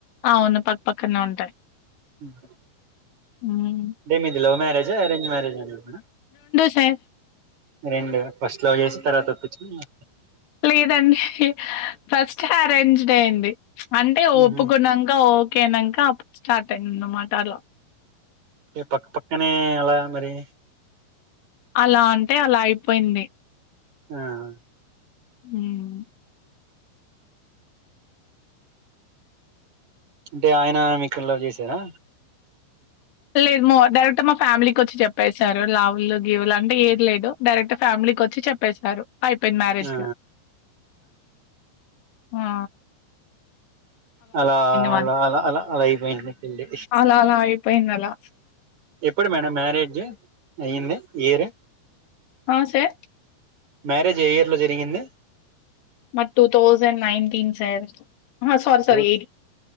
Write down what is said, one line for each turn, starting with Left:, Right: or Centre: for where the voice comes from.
Left: అవును పక్ పక్కనే ఉంటాయి.
Right: ఉమ్ హు
Left: హ్మ్.
Right: టే మీది love marriage, arrange marriage? <unintelligible>
Left: Sir.
Right: రెండు ఫస్ట్ లవ్ చేసి తర్వాత ఒప్పిచ్చిన్రా?
Left: లేదండి ఫస్టే అరేంజ్డ్ అయ్యింది, అంటే
Right: ఉహు
Left: ఒప్పుకున్నాంక ఓక్ కే అన్నంక అప్పుడు స్టార్ట్ అయిందన్నమాట అట్ల
Right: ఇగ పక్కపక్కనే ఎలా మరి?
Left: అలా అంటే అలా అయిపోయింది.
Right: ఆహ
Left: హ్మ్
Right: అంటే ఆయన మీకు లవ్ చేసాడా?
Left: లేదు మా డైరెక్ట్ మా ఫ్యామిలీకి వచ్చి చెప్పేసారు, లవులు గీవులు అంటు ఏది లేదు. డైరెక్ట్ ఫ్యామిలీకొచ్చి చెప్పేశారు. ఐపోయింది మ్యారేజిగా,
Right: ఆ
Left: ఆ ఆ
Right: అలా
Left: మాది.
Right: అలా అలా అలా అలా అయిపోయింది మీ పెళ్ళి.
Left: అలా అలా అయిపోయిందలా.
Right: ఎప్పుడు మేడం మ్యారేజ్? అయింది ఇయర్?
Left: ఆ సర్?
Right: మ్యారేజ్ ఏ ఇయర్ లో జరిగింది?
Left: మాది టూ తౌసండ్ నైన్టీన్ సార్. అహా! Sorry
Right: tooth
Left: sorry